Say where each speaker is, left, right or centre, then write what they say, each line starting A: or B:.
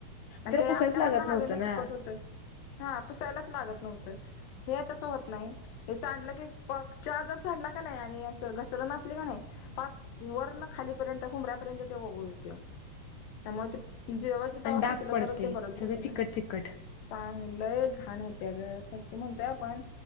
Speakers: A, on the left; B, on the left.
A: आणि
B: त्याला
A: ते
B: पुसायच
A: आपल्या
B: लागत
A: मनाला
B: नव्हतं
A: हवेन सुकत
B: ना
A: होतं हा पुसायलाच लागत नव्हतं हे तस होत नाही हे सांडलं की चहा जर सांडला कणी आणि असं घसरण पाक वरण खालीपर्यंत उंबऱ्यापर्यंत ते वगळ येतंय मग ते जेव्हा ज तेव्हा
B: आणि डाग
A: पुसला
B: पडतंय
A: तरच ते बरं दिसत
B: सगळं चिकट
A: ना
B: चिकट
A: चांग ल घाण होत्या ग फरशी म्हणतोय आपण